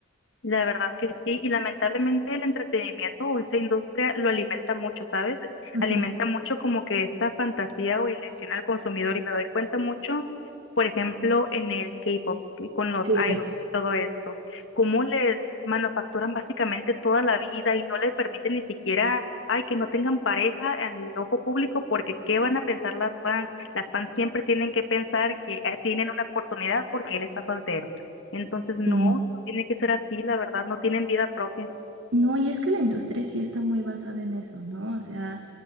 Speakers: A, on the left; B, on the right.
A: La verdad que sí, y lamentablemente el entretenimiento o esa industria lo alimenta mucho, ¿sabes?
B: Ujú.
A: Alimenta mucho como que esta fantasía o ilusión al consumidor y me doy cuenta mucho, por ejemplo, en el K-pop, y con los
B: Sí.
A: idols y todo eso, cómo les manufacturan básicamente toda la vida y no les permiten ni siquiera, ay, que no tengan pareja en el ojo público porque ¿qué van a pensar las fans? Las fans siempre tienen que pensar que eh, tienen una oportunidad porque él está soltero. Entonces, no,
B: Sí.
A: no tiene que ser así, la verdad, no tienen vida propia.
B: No, y es que la industria sí está muy basada en eso, ¿no? O sea,